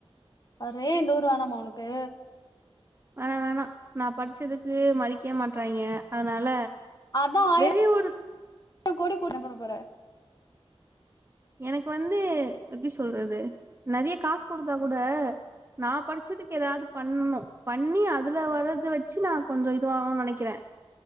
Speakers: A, on the left; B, on the right.
A: அறே இந்த ஊரு வேணாமா உன்க்கு
B: ஆ வேணா நா படிச்சதுக்கு மதிக்க மாட்றாய்ங்க அதனால
A: அதா ஆயிரோ
B: வெளியூர்
A: ஆயிரோ கோடி கூண்டு பண்ண போற
B: எனக்கு வந்து எப்டி சொல்றது நெறைய காசு கொடுத்தா கூட நா படுச்சதுக்கு ஏதாவுது பண்ணனு பண்ணி அதுல வரத வச்சு நா கொஞ்சோ இதுவாகுனு நினைக்கிறே